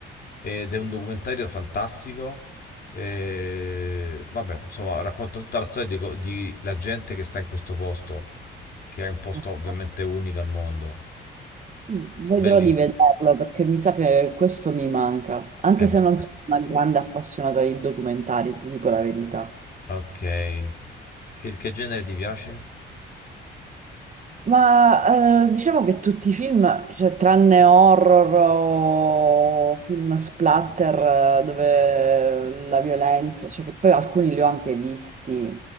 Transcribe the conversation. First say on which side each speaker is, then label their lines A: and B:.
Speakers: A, on the left; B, on the right.
A: ed è un documentario fantastico. E, vabbè, insomma, racconta tutta la storia di, co- di la gente che sta in questo posto, che è un posto
B: <laughs>
A: ovviamente unico al mondo.
B: Vedrò
A: Bellissimo.
B: di vederlo perché mi sa che questo mi manca, anche
A: Eh, b-
B: se non sono una grande appassionata di documentari, ti dico la verità.
A: ok. Che, che genere ti piace?
B: Ma eh, diciamo che tutti i film, cioè tranne horror o film splatter eh, dove la violenza, cioè che poi alcuni li ho anche visti,